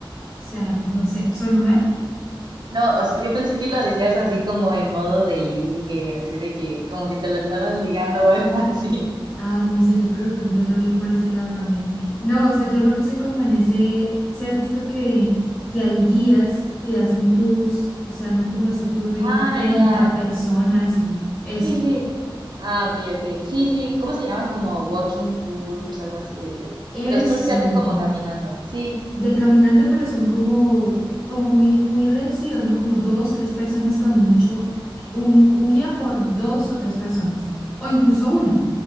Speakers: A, on the left; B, on the right.
A: O sea, no sé, ¿sonó mal?
B: No, o sea, yo pensé que lo decías así como en modo de ligue, así de que como que te lo estabas ligando o algo así.
A: Ay, no sé, yo creo que de pronto lo vio por ese lado también. No, o sea, yo lo puse como en ese, si has visto que, que hay guías que hacen tours, o sea, no como ese tour de
B: Ah,
A: 30
B: ya.
A: personas y eso.
B: Sí, sí. Ah, ok, ok. Sí, sí. ¿Cómo se llaman? Como walking tours, algo así, de que,
A: Eso.
B: de los tours que hacen como caminando. Sí.
A: de caminando, pero son como, como muy, muy reducidos, ¿no? Como dos, tres personas cuando mucho, un, un guía por dos o tres personas, o incluso una.